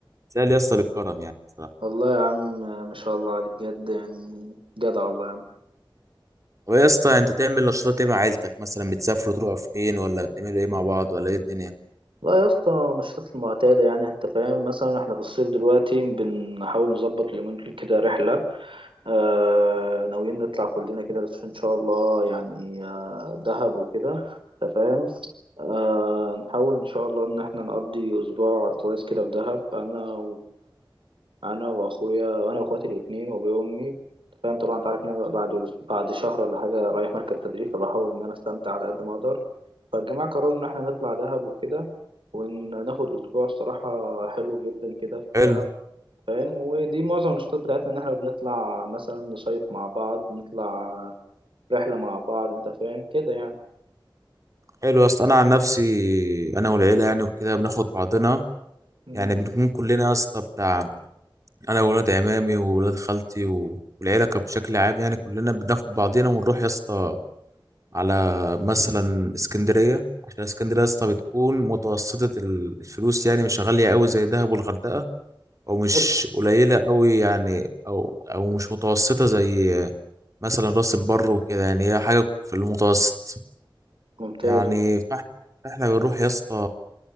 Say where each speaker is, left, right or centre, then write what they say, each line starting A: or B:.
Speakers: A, on the right; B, on the right.
A: سهل يا اسطى للكرم يعني صراحه
B: والله يا عم ما شاء الله عليك بجد يعني جدع والله يا عم
A: هو يا اسطى انت تعمل نشاطات ايه مع عيلتك مثلا بتسافروا تروحوا فين ولا بتعملوا ايه مع بعض ولا ايه الدنيا
B: لا يا اسطى النشاطات المعتادة يعني انت فاهم مثلا احنا في الصيف دلوقتي بنحاول نظبط اليومين دول كده رحلة آه ناويين نطلع كلنا كده بس ان شاء الله يعني آه دهب وكده انت فاهم آه نحاول ان شاء الله ان احنا نقضي اسبوع كويس كده في دهب انا وانا واخويا وانا واخواتي الاتنين وابويا وامي أنت فاهم طبعا انت عارف ان انا بعد بعد شهر ولا حاجه رايح مركز تدريب فبحاول ان انا استمتع على قد ما اقدر فالجماعه قرروا ان احنا نطلع دهب وكده وناخد اسبوع الصراحه حلو جدا كده في
A: حلو
B: دهب فاهم ودي معظم النشاطات بتاعتنا ان احنا بنطلع مثلا نصيف مع بعض نطلع رحلة مع بعض انت فاهم كده يعني
A: حلو يا اسطى انا عن نفسي انا والعيله يعني وكده بناخد بعضنا
B: مم.
A: يعني بنكون كلنا يا اسطى بتاع انا وولاد عمامي وولاد خالتي و- والعيله كانت بشكل عام يعني كلنا بناخد بعضنا ونروح يا اسطى على مثلا اسكندريه عشان اسكندريه يا اسطى بتكون متوسطه ال- الفلوس يعني مش غاليه قوي زي دهب والغردقه او مش
B: حلو
A: قليله قوي يعني او او مش متوسطه زي مثلا راس البر وكده يعني هي حاجه في المتوسط
B: ممتاز
A: يعني فاح- فاحنا بنروح يا اسطى